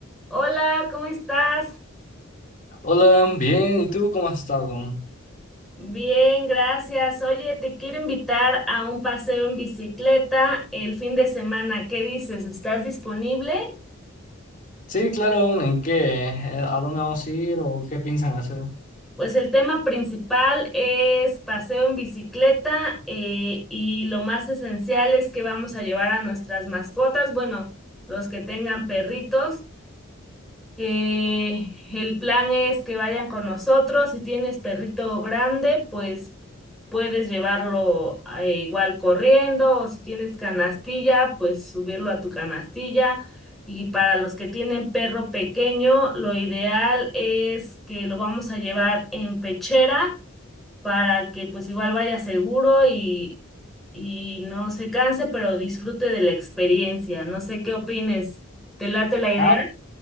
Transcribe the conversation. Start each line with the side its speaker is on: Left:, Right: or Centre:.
Centre: Hola, ¿cómo estás?
Left: Hola, bien, ¿y tú cómo has estado?
Centre: Bien, gracias. Oye, te quiero invitar a un paseo en bicicleta el fin de semana. ¿Qué dices? ¿Estás disponible?
Left: Sí, claro, ¿en qué? Eh, ¿A dónde vamos a ir o qué piensan hacer?
Centre: Pues el tema principal es paseo en bicicleta eh, y lo más esencial es que vamos a llevar a nuestras mascotas, bueno, los que tengan perritos. Eh, el plan es que vayan con nosotros. Si tienes perrito grande, pues puedes llevarlo eh, igual corriendo o si tienes canastilla, pues subirlo a tu canastilla. Y para los que tienen perro pequeño, lo ideal es que lo vamos a llevar en pechera para que pues igual vaya seguro y, y no se canse, pero disfrute de la experiencia. No sé qué opines. ¿Te late la idea?
Left: Ah,